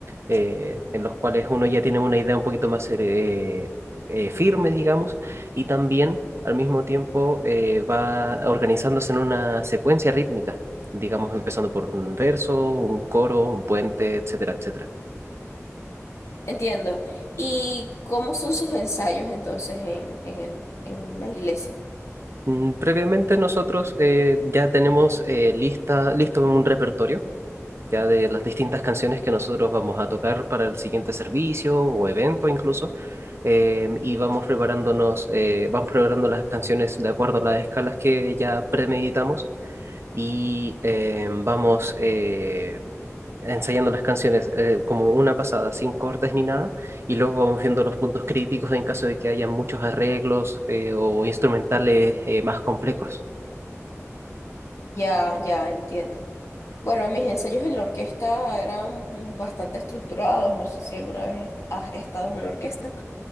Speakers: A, on the right (about 55°); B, on the left (about 60°).
A: eh, en los cuales uno ya tiene una idea un poquito más eh, eh, firme, digamos, y también al mismo tiempo eh, va organizándose en una secuencia rítmica, digamos, empezando por un verso, un coro, un puente, etcétera, etcétera.
B: Entiendo. ¿Y cómo son sus ensayos entonces en, en el, en la iglesia?
A: Mm, Previamente nosotros eh, ya tenemos eh, lista, listo un repertorio ya de las distintas canciones que nosotros vamos a tocar para el siguiente servicio o evento incluso, eh, y vamos preparándonos, eh, vamos preparando las canciones de acuerdo a las escalas que ya premeditamos y eh, vamos eh, ensayando las canciones eh, como una pasada, sin cortes ni nada, y luego vamos viendo los puntos críticos en caso de que haya muchos arreglos eh, o instrumentales eh, más complejos.
B: Ya, ya entiendo. Bueno, mis ensayos en la orquesta eran bastante estructurados. No sé si alguna vez has estado en una orquesta.